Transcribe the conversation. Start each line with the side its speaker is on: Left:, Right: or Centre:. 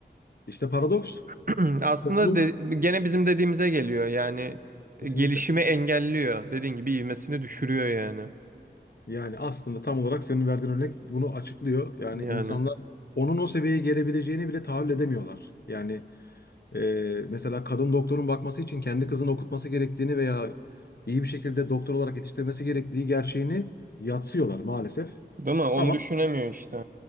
Left: İşte paradoks
Right: <clears throat> Aslında
Left: toplum
Right: de, gene bizim dediğimize geliyor yani e,
Left: kesinlikle.
Right: gelişimi engelliyor. Dediğin gibi ivmesini düşürüyor yani.
Left: Yani aslında tam olarak senin verdiğin örnek bunu açıklıyor. Yani
Right: Yani
Left: insanlar onun o seviyeye gelebileceğini bile tahayyül edemiyorlar. Yani Ee, mesela kadın doktorun bakması için kendi kızını okutması gerektiğini veya iyi bir şekilde doktor olarak yetiştirmesi gerektiği gerçeğini yatsıyorlar maalesef.
Right: değil mi? Onu
Left: Ama
Right: düşünemiyor işte.